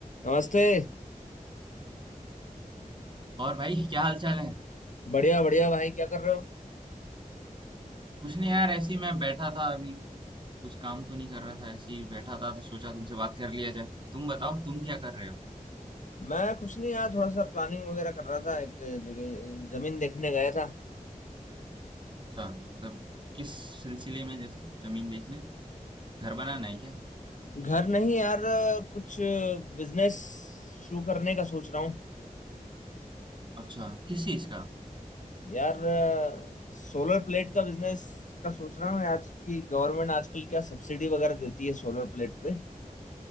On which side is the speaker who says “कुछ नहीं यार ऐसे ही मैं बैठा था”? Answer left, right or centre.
Right